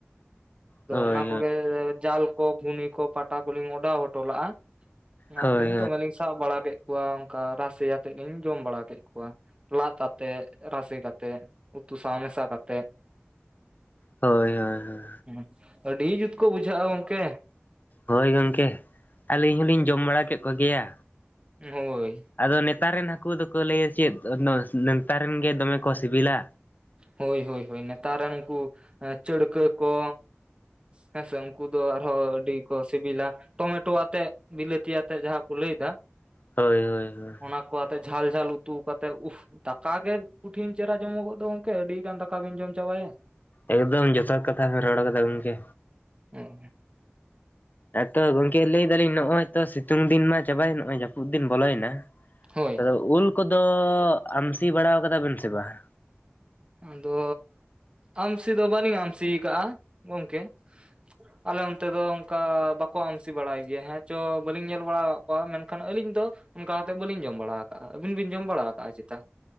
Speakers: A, on the left; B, on the right.
A: ᱦᱳᱭ
B: ᱚᱱᱟ ᱟᱫᱚ ᱠᱚᱜᱮ ᱡᱟᱞ ᱠᱚ ᱜᱷᱩᱱᱤ ᱠᱚ ᱯᱟᱴᱟ ᱠᱚᱞᱤᱧ ᱚᱰᱟᱣ ᱦᱚᱴᱚ ᱞᱟᱜᱼᱟ
A: ᱦᱳᱭ
B: ᱱᱤᱛ ᱫᱚ ᱵᱟᱹᱞᱤᱧ ᱥᱟᱵ, ᱵᱟᱲᱟ ᱠᱮᱜ ᱠᱚᱣᱟ ᱚᱱᱠᱟ ᱨᱟᱥᱮ ᱟᱛᱮᱜ ᱞᱤᱧ ᱡᱚᱢ ᱵᱟᱲᱟ ᱠᱮᱜ ᱠᱚᱣᱟ᱾ ᱞᱟᱫ ᱟᱛᱮ ᱨᱟᱥᱮ ᱠᱟᱛᱮ ᱩᱛᱩ ᱥᱟᱶ ᱢᱮᱥᱟ ᱠᱟᱛᱮᱜ,
A: ᱦᱳᱭ ᱦᱳᱭ ᱦᱳᱭ,
B: ᱦᱩᱸ ᱟᱹᱰᱤ ᱡᱩᱛ ᱠᱚ ᱵᱩᱡᱷᱟᱹᱜᱼᱟ ᱜᱚᱝᱠᱮ᱾
A: ᱦᱳᱭ ᱜᱚᱝᱠᱮ ᱟᱹᱞᱤᱧ ᱦᱚᱞᱤᱧ ᱡᱚᱢ ᱵᱟᱲᱟ ᱠᱮᱜ ᱠᱚ ᱜᱮᱭᱟ᱾
B: ᱦᱳᱭ,
A: ᱟᱫᱚ ᱱᱮᱛᱟᱨ ᱨᱮᱱ ᱦᱟᱹᱠᱩ ᱫᱚᱠᱚ ᱞᱟᱹᱭᱟ ᱪᱮᱫ ᱱᱮᱛᱟᱨ ᱨᱮᱱ ᱜᱮ ᱫᱚᱢᱮ ᱠᱚ ᱥᱤᱵᱤᱞᱟ,
B: ᱦᱳᱭ ᱦᱳᱭ ᱦᱳᱭ ᱱᱮᱛᱟᱨ ᱨᱮᱱ ᱩᱱᱠᱩ ᱪᱟᱹᱲᱠᱟᱹ ᱠᱚ᱾ ᱦᱮᱸ ᱥᱮ ᱩᱱᱠᱩ ᱫᱚ ᱟᱨᱦᱚᱸ ᱟᱹᱰᱤ ᱠᱚ ᱥᱤᱵᱤᱞᱟ, ᱴᱚᱢᱮᱴᱳ ᱟᱛᱮᱜ ᱵᱤᱞᱟᱹᱛᱤ ᱟᱛᱮᱜ ᱡᱟᱦᱟᱸ ᱠᱚ ᱞᱟᱹᱭ ᱫᱟ,
A: ᱦᱳᱭ ᱦᱳᱭ, ᱦᱳᱭ
B: ᱚᱱᱟ ᱠᱚ ᱟᱛᱮ ᱡᱷᱟᱞ ᱡᱷᱟᱞ ᱩᱛᱩ ᱠᱟᱛᱮᱜ ᱩᱯᱷ ᱫᱟᱠᱟ ᱜᱮ ᱠᱩᱴᱷᱤᱱ ᱪᱮᱦᱨᱟ ᱡᱚᱢᱚᱜᱚᱜ ᱫᱚ, ᱜᱚᱝᱠᱮ ᱟᱹᱰᱤ ᱜᱟᱱ ᱫᱟᱠᱟ ᱵᱮᱱ ᱡᱚᱢ ᱪᱟᱵᱟᱭᱮᱜ᱾
A: ᱮᱠᱫᱚᱢ ᱡᱚᱛᱷᱟᱛ ᱠᱟᱛᱷᱟ ᱵᱤᱱ ᱨᱚᱲ ᱠᱟᱫᱟ ᱜᱚᱢᱠᱮᱼᱼ
B: ᱦᱮᱸ
A: ᱟᱫᱚ ᱜᱚᱝᱠᱮ ᱞᱟᱹᱭ ᱫᱟᱞᱤᱧ ᱱᱚᱜ-ᱚᱭ ᱛᱚ ᱥᱤᱛᱩᱝ ᱫᱤᱱ ᱢᱟ ᱪᱟᱵᱟᱭᱮᱱ ᱱᱚᱜ-ᱚᱭ ᱡᱟᱹᱯᱩᱫ ᱫᱤᱱ ᱵᱚᱞᱚᱭᱮᱱᱟ᱾
B: ᱦᱳᱭ
A: ᱟᱫᱚ ᱩᱞ ᱠᱚᱫᱚ ᱟᱢᱥᱤ ᱵᱟᱲᱟ ᱠᱟᱫᱟ ᱵᱮᱱ ᱥᱮ ᱵᱟᱝ?
B: ᱟᱫᱚ ᱟᱢᱥᱤ ᱫᱚ ᱵᱟᱹᱞᱤᱧ ᱟᱢᱥᱤ ᱠᱟᱜᱼᱟ ᱜᱚᱢᱠᱮᱼᱼ ᱟᱞᱮ ᱚᱱᱛᱮ ᱫᱚ ᱚᱱᱠᱟ ᱵᱟᱠᱚ ᱟᱢᱥᱤ ᱵᱟᱲᱟᱭ ᱜᱮᱭᱟ ᱦᱮᱸ ᱪᱚ ᱵᱟᱹᱞᱤᱧ ᱧᱮᱞ ᱵᱟᱲᱟ ᱠᱟᱜ ᱠᱚᱣᱟ ᱢᱮᱱᱠᱷᱟᱱ ᱟᱹᱞᱤᱧ ᱫᱚᱼᱼ ᱚᱱᱠᱟ ᱠᱟᱛᱮᱫ ᱵᱟᱹᱞᱤᱧ ᱡᱚᱢ ᱵᱟᱲᱟ ᱠᱟᱜᱼᱟ ᱟᱹᱵᱤᱱ ᱵᱤᱱ ᱡᱚᱢ ᱵᱟᱲᱟ ᱟᱠᱟᱜᱼᱟ ᱪᱮᱛᱟ᱾